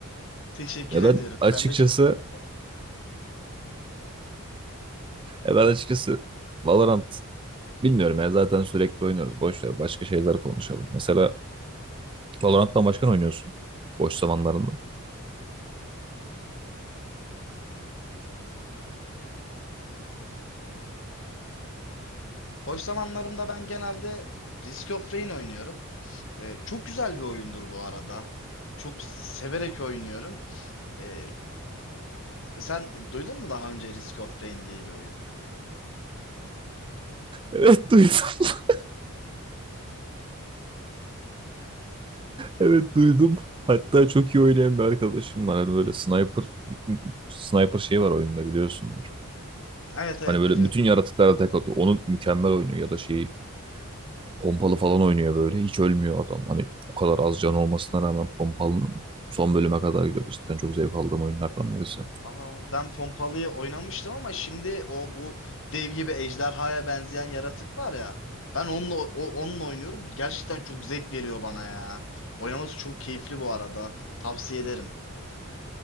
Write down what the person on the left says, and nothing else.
Teşekkür
ediyorum.
Sen de çok komik
Boş zamanlarımda ben genelde Risk of Rain oynuyorum. Ee, çok güzel bir oyundur bu arada. Çok severek oynuyorum. Ee, sen duydun mu daha önce Risk of Rain diye bir oyun?
Evet evet
biliyorum.
Aa, ben Pompalı'yı oynamıştım ama şimdi o bu dev gibi ejderhaya benzeyen yaratık var ya. Ben onunla, o- onunla oynuyorum. Gerçekten çok zevk veriyor bana ya. Oynaması çok keyifli bu arada. Tavsiye ederim.